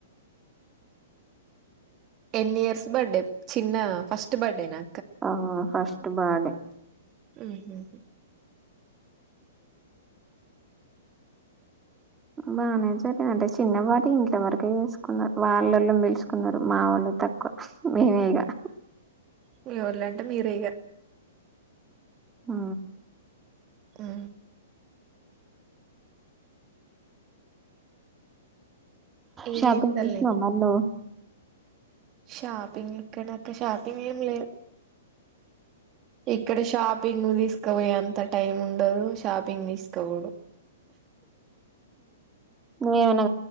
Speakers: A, on the right (about 30°); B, on the right (about 15°).
A: టెన్ ఇయర్స్ బర్త్డే చిన్న ఫస్ట్ బర్డే నా
B: ఆ అ బానే
A: ఉహుహు
B: బాగానే సరేంది అంటే చిన్నపాటి ఇంట్ల వరకే చేసుకున్నారు వాళ్ళళ పెలుచుకున్నారు మా వాళ్ళు తక్కువ మేమేగా
A: విల్లెవల్ అంటే మీరేగ
B: ఆ
A: ఆా ఏం
B: సబ్
A: చేత్తళ్ళు
B: వష్ మలో
A: షాపిింగ్క్క షాపిింగ్ ఇక్కడ షాపింగ్ తీసు తీసుపోయి ఎంత టైం ఉండదు షాపింగ్ తీసుకోకూడ
B: ఏమన